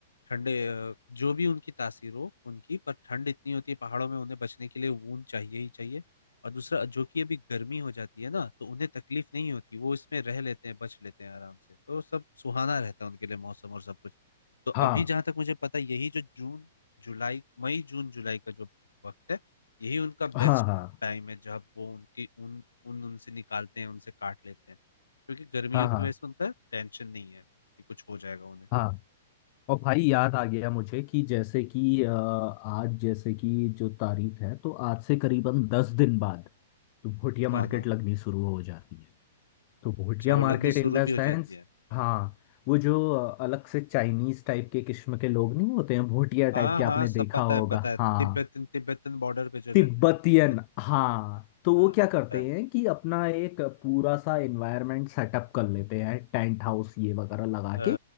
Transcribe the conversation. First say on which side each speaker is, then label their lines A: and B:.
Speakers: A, on the left; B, on the left.
A: ठंडे अ, जो भी उनकी तासीर हो उनकी पर ठंड इतनी होती है पहाड़ों में उन्हें बचने के लिए ऊन चाहिए ही चाहिए और दूसरा जो कि अभी गर्मी हो जाती है ना तो उन्हें तकलीफ नहीं होती वो इसमें रह लेते हैं बच लेते हैं आराम से तो सब सुहाना रहता है उनके लिए मौसम और सब कुछ तो
B: हाँ
A: अभी जहां तक मुझे पता है यही जो जून जुलाई मई जून जुलाई का जो वक्त है यही उनका
B: हाँ
A: बेस्ट
B: हाँ
A: टाइम है जब वो उनकी ऊन ऊन उनसे निकालते हैं उनसे काट लेते हैं क्योंकि गर्मियों
B: हाँ हाँ
A: की वजह से उनका टेंशन नहीं है कि कुछ हो जाएगा उन्हें
B: हाँ और भाई याद आ गया मुझे कि जैसे कि अ, आज जैसे कि जो तारीख है तो आज से करीबन दस दिन बाद तो भोटिया मार्केट
A: हाँ हाँ
B: लगनी शुरू हो जाती है तो Bhotia
A: अच्छा
B: market
A: वो लगनी
B: in
A: शुरू
B: the
A: भी
B: sense
A: हो जाती है
B: हाँ वो जो अ, अलग से चाइनीज टाइप के किस्म के लोग नहीं होते हैं भोटिया
A: हाँ
B: टाइप के
A: हाँ
B: आपने
A: सब
B: देखा
A: पता
B: होगा
A: है पता है
B: हाँ
A: तिब्बतन तिब्बतन बॉर्डर पे जो रहते
B: तिब्बतियन
A: हैं उनको कहते
B: हाँ तो वो
A: हैं हाँ
B: क्या करते
A: पता है
B: हैं कि अपना एक पूरा सा एनवायरनमेंट सेटअप कर लेते हैं टेंट हाउस ये वगैरह लगा
A: अ,
B: के